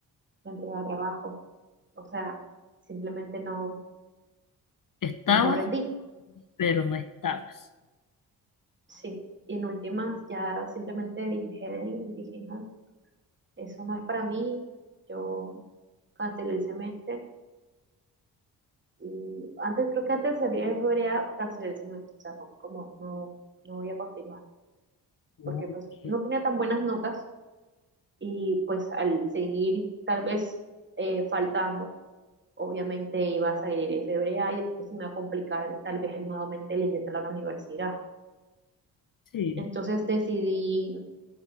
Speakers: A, on the right; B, on the left.
A: no entregaba trabajo, o sea, simplemente no,
B: Estaba
A: pues no rendí,
B: pero no estabas.
A: sí. Y en últimas ya simplemente dije de ir y dije, no, eso no es para mí, yo cancelé el semestre Y antes, creo que antes de salir en febrero cancelé el semestre, o sea, fue como no, no voy a continuar,
B: Ok.
A: porque pues no tenía tan buenas notas y pues al seguir tal vez eh, faltando, obviamente iba a salir en febrero y entonces me iba a complicar tal vez el nuevamente el ingresar a la universidad.
B: Sí.
A: Entonces decidí,